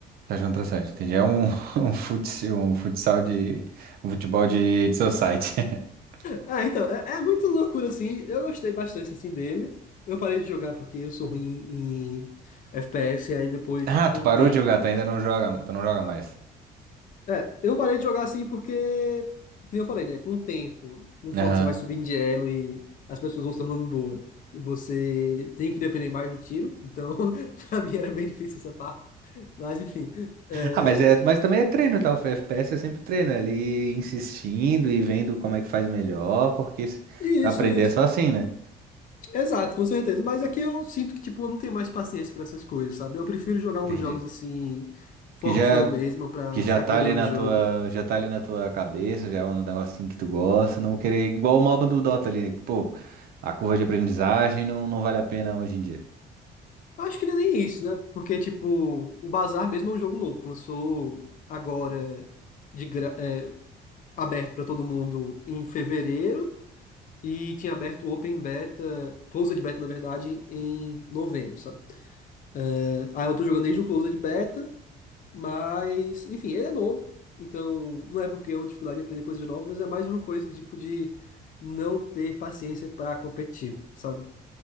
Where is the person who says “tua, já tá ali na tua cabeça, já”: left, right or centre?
Right